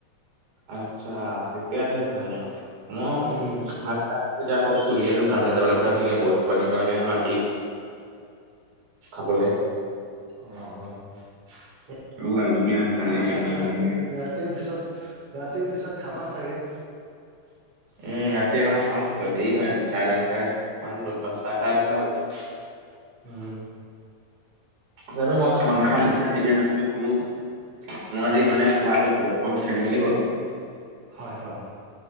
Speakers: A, on the right; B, on the right.
A: আচ্ছা ঠিকে আছে তেতিয়াহলে মই
B: উম।
A: ভাত তাৰপিছতে আকৌ খুৰীয়ে দোকান লৈ যাবলৈ পথাছেগে বস্তু আনিব লাগেসেনো ৰাতি। খাবলে।
B: অ', অ',
A: আৰু আলু পিয়াজ দালি
B: খালে
A: চেনি
B: আৰু
A: এইবিলাক
B: ৰাতি
A: নে।
B: ৰাতিৰ পিছত ৰাতিও পিছত খাবা চাগে।
A: উম, ৰাতিএবাৰ খাওঁ ক দেৰি হয় চাৰে দহটা মান দহটা চাৰে দহটা বাজে।
B: উম,।
A: জানো মই খাওঁ নাখাওঁ থিক নাই এতিয়া ভাততো খালো মই আজি
B: হয়
A: মানে খোৱাটো আজি অকন খেলিমেলি হ'ল।
B: হয় হয়।